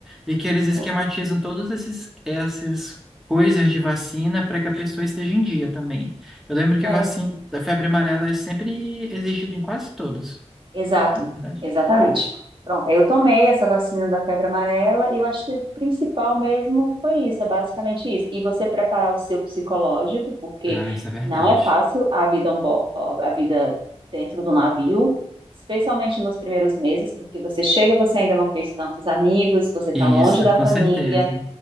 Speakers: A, in the centre; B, on the right.
A: e que
B: Uhum.
A: eles esquematizam todas esses, essas coisas de vacina para que a pessoa esteja em dia também. Eu lembro que
B: É.
A: vacina, a febre amarela é sempre exigida em quase todos,
B: Exato,
A: não é verdade?
B: exatamente. Pronto, aí eu tomei essa vacina da febre amarela e eu acho que o principal mesmo foi isso, é basicamente isso. E você preparar o seu psicológico, porque
A: Ah, isso é verdade.
B: não é fácil a vida, on bo- a vida dentro do navio, especialmente nos primeiros meses, porque você chega, você ainda não fez tantos amigos, você está
A: Isso,
B: longe da
A: com
B: família,
A: certeza.